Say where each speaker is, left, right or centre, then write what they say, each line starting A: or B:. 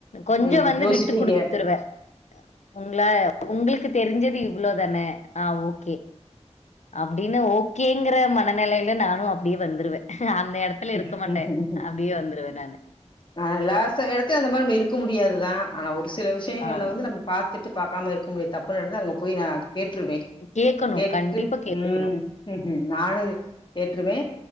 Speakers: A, on the left (about 75°); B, on the left (about 40°).
A: கொஞ்சொ
B: ம்
A: வந்து
B: யோசிப்பீங்க
A: விட்டு குடுத்துருவ உங்ளா உங்ளுக்கு தெரிஞ்சது இவ்ளோ தானெ ஆ ஓகே அப்டின்னு ஓக்கேங்ற மனநெலயில நானு அப்டியே வந்துருவே அந்த எடத் துல
B: ம்
A: இருக்க மாட்டே அப்டியே வந்துருவெ நானு
B: ஆ எல்லாச எடத்த அந்த மாரி நம்ம இருக்க முடியாதுதா ஆனா ஒரு சில விஷயங்கள்ல
A: ஆமா
B: வந்து நம்ம பாத்துட்டு பாக்காம இருக்க முடிய தப்பு நடந்த அங்க போய் நா கேட்ருவே
A: கேட்கணும்
B: கேட்டுட்டு
A: கண்டிப்பா கேட்கணும்
B: உம் நானு கேட்ருவெ